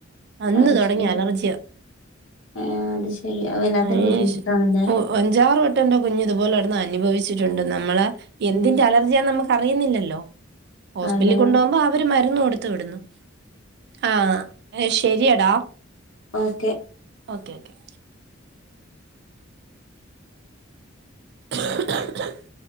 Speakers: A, on the right; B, on the left.
A: അന്ന്
B: അത്
A: തുടങ്ങി
B: ശരി
A: അലർജിയ
B: ഏഹ് അത് ശരി അത് വല്ലാത്തൊരു
A: അയ്നേശ്
B: ബുദ്ധിമുട്ടാണല്ലേ
A: അഞ്ചാറ് വെട്ട എന്റെ കുഞ്ഞു ഇതുപോലെ എടന്ന് അനുഭവിച്ചിട്ട്ണ്ട്. നമ്മളെ എന്തിന്റെ
B: ഉം
A: അല ലർജിയ നമുക്ക് അറിയുന്നില്ലല്ലോ. ഹോസ്പിറ്റലിൽ
B: അതെ
A: കൊണ്ടു പോകുമ്പോ അവര് മരുന്ന് കൊടുത്ത് വിടുന്നു. ആഹ് ശെരിയടാ
B: ഓക്കെ
A: ഓക്കെ ക്കെ <inaudible>